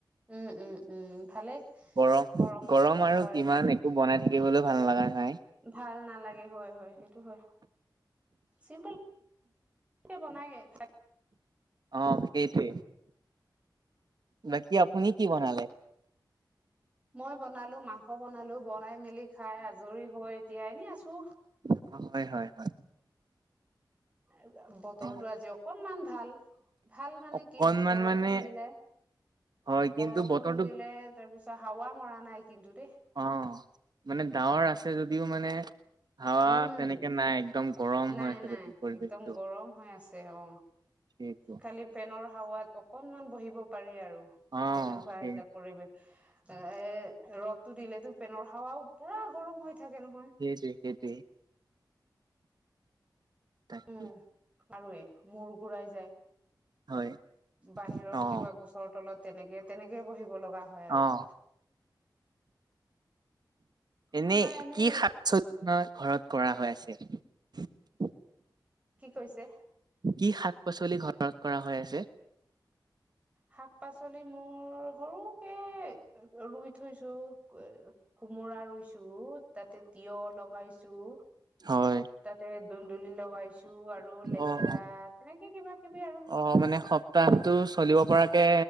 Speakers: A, on the right; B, on the right.
A: উম উম উম ভালেই
B: গৰম
A: গৰমত
B: গৰম আৰু
A: হয়
B: কিমান
A: হয়
B: এ একো বনাই থাকিবলৈও ভাল লগা নাই।
A: ভাল নালাগে। হয় হয় সেইটো হয় চিম্পলকে বনাই সে খায়।
B: অ, সেইটোৱে। বাকী আপুনি কি বনালে?
A: মই বনালো মাংস বনালো বনাই মেলি খাই আজৰি হৈ এতিয়া এনে আছো।
B: আপোনাৰ মতে হয় হয়
A: এ বতৰতো
B: অ
A: আজি অকনমান ভাল। ভাল মানে
B: অকনমান
A: কি বৰষুণ
B: মানে
A: দিলে,
B: হয় কিন্তু
A: বৰষুণ
B: বতৰটো
A: দিলে তাৰপিছত হাৱা মৰা নাই কিন্তু দেই।
B: অ মানে ডাৱৰ আছে যদিও মানে হাৱা
A: উম
B: তেনেকে নাই একদম গৰম
A: নাই-নাই
B: হৈ আছে গোটেই পৰিৱেশটো
A: একদম গৰম হৈ আছে অ।
B: সেইটো
A: খালি ফেনৰ হাৱাত অকনমান বহিব পাৰি আৰু
B: অ
A: তেনেকোৱা
B: সেই
A: হৈছে পৰিৱেশ, এ-এ ৰ'দটো দিলেতো ফেনৰ হাৱাও পুৰা গৰম হৈ থাকে নহয়।
B: সেইটোৱে-সেইটোৱে। তাকে।
A: উম আৰুৱে মূৰ ঘূৰাই যায়।
B: হয়।
A: বাহিৰৰ
B: অ',
A: কিবা গছৰ তলত তেনেকে তেনেকেই বহিব লগা হয় আৰু।
B: অ', এনে
A: আমাৰ এনেই
B: কি শাক পাচলি ঘৰত কৰা হৈ আছে?
A: কি কৈছে?
B: কি শাক-পাচলি ঘৰত কৰা হৈ আছে?
A: শাক-পাচলি মোৰ সৰুকে ৰুই থৈছো এ কোমোৰা ৰুইছো তাতে তিয়হ লগাইছো
B: হয়,
A: তাতে দুন্দুলি লগাইছো, আৰু লেচেৰা
B: অ',
A: তেনেকে কিবা কিবি আৰু।
B: অ মানে স প্তাহটো চলিব পৰাকে